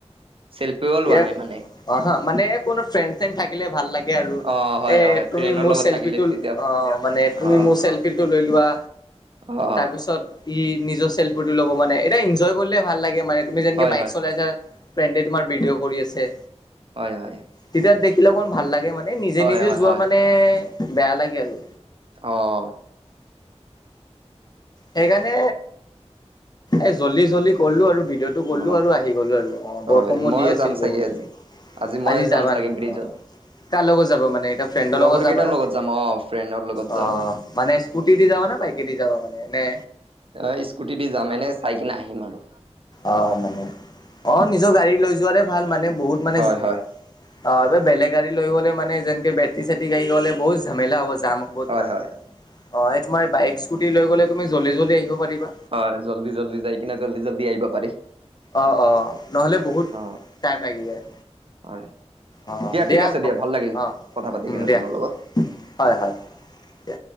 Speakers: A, on the right (about 55°); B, on the left (about 35°).
A: চেল্ফিওঁ লোৱা
B: ইয়াক
A: নাই মানে?
B: অ' হ মানে কোনো ফ্ৰেণ্ড-চেণ্ড থাকিলে ভাল লাগে আৰু।
A: অ হয়
B: এ
A: হয় ফ্ৰেণ্ডৰ
B: তুমি মোৰ
A: লগত
B: চেল্ফি
A: থাকিলে
B: টো
A: তেতিয়া
B: অ মানে তুমি
A: অ
B: মোৰ চেল্ফিটো লৈ লোৱা।
A: অ
B: তাৰ পিছত ই নিজৰ চেল্ফি টো ল'ব মানে এনে এনজয় কৰিলে ভাল লাগে মানে। তুমি যেনেকে
A: হয়
B: বাইক
A: হয়
B: চলাই আছা ফ্ৰেণ্ডে তোমাৰ ভিডিঅ' কৰি আছে।
A: হয় হয়।
B: তেতিয়া দেখিলে অকমান ভাল লাগে মানে নিজে
A: হয়
B: নিজে
A: হয়
B: যোৱা
A: হয়
B: মানে বেয়া লাগে আৰু।
A: অ'।
B: সেইকাৰণে এ জল্দি জল্দি কৰিলো আৰু ভিডিঅ'টো। টো কৰলো
A: অ
B: আৰু আহি গ'লো আৰু অ'
A: হয়
B: বৰষুণো
A: মইয়ে
B: দি আছিল
A: যাম চাগে
B: বহুত।
A: আজি মইয়ে
B: আজি
A: যাম
B: যাবা
A: চাগে
B: নেকি?
A: ব্ৰিজত
B: অ' কাৰ লগত যাবা মানে এটা ফ্ৰেণ্ডৰ
A: লগৰ
B: লগত
A: কেইটাৰ
B: যাবা না
A: যাম অ ফ্ৰেণ্ডৰ লগত যাম
B: অ' মানে স্কুটি দি যাবা নে বাইকে দি যাবা? মানে এনে
A: অ' স্কুটি দি যাম এনে চাই কিনে আহিম আৰু।
B: অ' মানে অ নিজৰ গাড়ী লৈ যোৱাতে ভাল। মানে বহুত মানে
A: হয় হয়
B: অ' এই বেলেগ গাড়ী লৈ গ'লে মানে যেনেকে বেটেৰী- চেটৰী গাড়ী হ'লে বহুত জামেলা হব যাম হব। হ'ব
A: হয়
B: তোমাৰ
A: হয়
B: অ' এই তোমাৰ বাইক স্কুটি লৈ গ'লে তুমি জল্দি জল্দি আহিব পাৰিবা।
A: হয় জল্দি জল্দি যাই কিনে জল্দি জল্দি আহিব পাৰি।
B: অঁ অঁ নহ'লে বহুত
A: অ
B: টাইম লাগি যায়।
A: হয়
B: অ' দিয়া
A: ঠিক আছে
B: হব
A: ভাল লাগিল
B: অ'
A: কথা পাতি
B: উম
A: কিনে
B: দিয়া
A: তোমাৰ লগত।
B: হয় হয়। দিয়া।